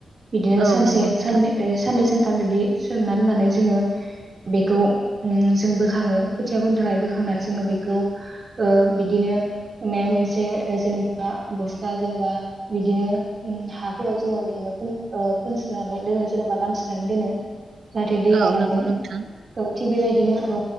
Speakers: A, on the right (about 45°); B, on the right (about 85°).
A: बिदिनो
B: औ
A: सानसे
B: नंगौ नोंथां
A: सानै साननै सान थाम बिब्दि सोमना दोननानै जोङो बेखौ उम जों बोखाङो खोथिया फोनो थाखाय बोखांनानै जोङो बेखौ ओ बिदिनो माबा मोनसे जेनेबा बस्ता जेनेबा बिदिनो उम हाफोराव जोङो बिदिनो फोन ओ फोनस्रोनानै दोनो जेनेबा लामस्रोनानै दोनो। जाहाथे दैया
B: औ
A: रानो
B: नंगौ नोंथां
A: औ थिग बेबायदिनो औ